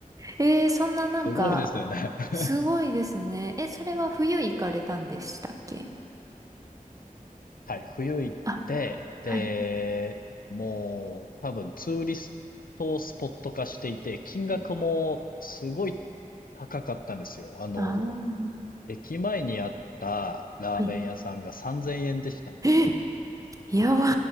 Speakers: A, on the right; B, on the left.
A: ええそんななんか、
B: <laughs> すごいですよね。<laughs>
A: すごいですね。え、それは冬行かれたんでしたっけ
B: はい、冬行って、
A: あ、
B: で、
A: はい。
B: もう多分ツーリストスポット化していて、金額もすごい
A: うん
B: 高かったんですよ。あの、
A: あ
B: 駅前にあったラーメン屋さんが3000円でしたね。
A: あ、はい。え、やば。